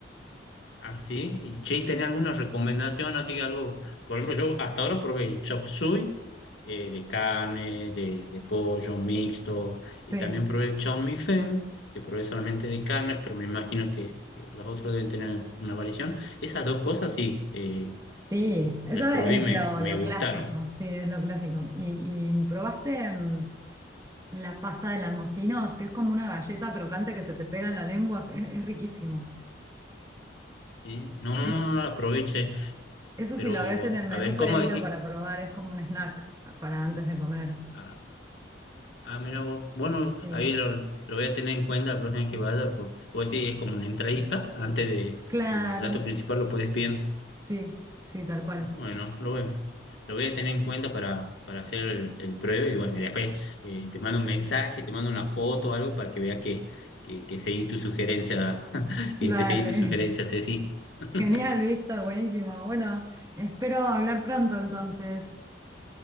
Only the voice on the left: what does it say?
Ah, sí. Y Che, ¿tenés alguna recomendación? Así algo, por ejemplo, yo hasta ahora probé chop suey eh, de carne, de, de pollo mixto, y
también probé el chow mein fen, que probé solamente de carne, pero me imagino que, que los otros deben tener una variación. Esas dos cosas sí, eh,
eh,
las probé
y me,
me
gustaron.
¿sí? No, no,
no, no las aproveché,
pero
a ver, ¿cómo
decís?
Ah, Ah, mira vos. Bueno,
ahí lo, lo voy a tener en cuenta la próxima vez que vaya. Pues, vos decís, es como una entradita antes de,
del plato principal, lo puedes pedir.
Bueno, lo voy, lo voy a tener en cuenta para, para hacer el, el pruebe. Y bueno, y después eh, te mando un mensaje, te mando una foto o algo para que veas que, que, que seguí tu sugerencia, <laughs>
que te seguí tu sugerencia, Ceci.
<laughs>